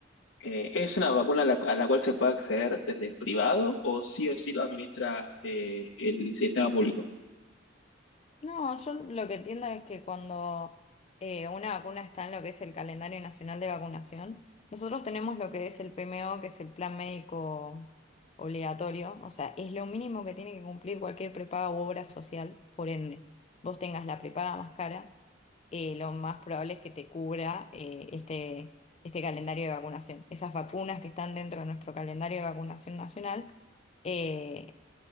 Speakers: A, on the left (about 80°); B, on the left (about 35°).
A: eh, ¿es una vacuna a la, a la cual se puede acceder desde el privado o sí o sí lo administra eh, el sistema público?
B: No, yo lo que entiendo es que cuando eh, una vacuna está en lo que es el calendario nacional de vacunación, nosotros tenemos lo que es el PMO, que es el plan médico obligatorio, o sea, es lo mínimo que tiene que cumplir cualquier prepaga u obra social, por ende, vos tengas la prepaga más cara, eh, lo más probable es que te cubra eh, este, este calendario de vacunación. Esas vacunas que están dentro de nuestro calendario de vacunación nacional eh,